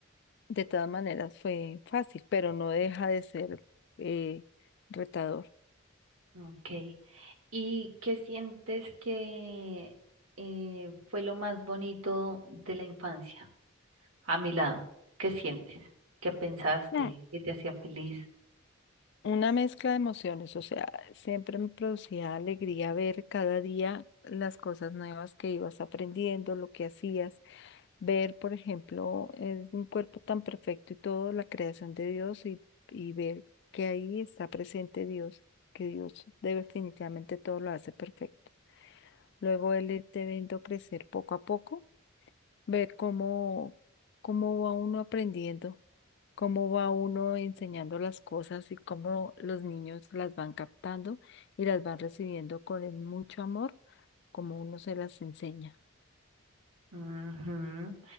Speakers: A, on the left; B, on the right.
A: de todas maneras fue fácil, pero no deja de ser eh, retador.
B: Ok. ¿Y qué sientes que eh, fue lo más bonito de la infancia a mi lado? ¿Qué sientes? ¿Qué pensaste?
A: Mm,
B: ¿Qué te hacía feliz?
A: Una mezcla de emociones, o sea, siempre me producía alegría ver cada día las cosas nuevas que ibas aprendiendo, lo que hacías. ver, por ejemplo, es un cuerpo tan perfecto y todo, la creación de Dios y, y ver que ahí está presente Dios, que Dios de- definitivamente todo lo hace perfecto. Luego él irte viendo crecer poco a poco, ver cómo, cómo va uno aprendiendo, cómo va uno enseñando las cosas y cómo los niños las van captando y las van recibiendo con el mucho amor, como uno se las enseña.
B: Ujú.